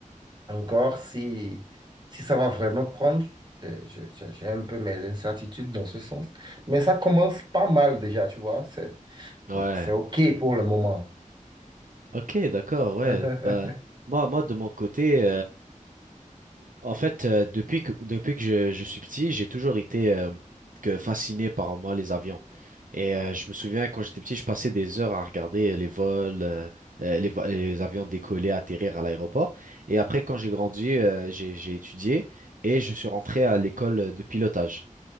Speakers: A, on the right (about 30°); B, on the right (about 75°).
A: Encore, si, si ça va vraiment prendre, je- je- je- j'ai un peu mes incertitudes dans ce sens. Mais ça commence pas mal déjà, tu vois. C'est,
B: Ouais.
A: c'est OK pour le moment.
B: Ok, d'accord. Ouais.
A: <laughs>
B: Bah moi moi de mon côté. En fait, euh, depuis que, depuis que je, je suis petit, j'ai toujours été euh, que fasciné par moi les avions. Et euh, je me souviens quand j'étais petit, je passais des heures à regarder euh, les vols, euh, euh, les, vo- les avions décoller, atterrir à l'aéroport. Et après, quand j'ai grandi, euh, j'ai, j'ai étudié et je suis rentré à l'école de pilotage.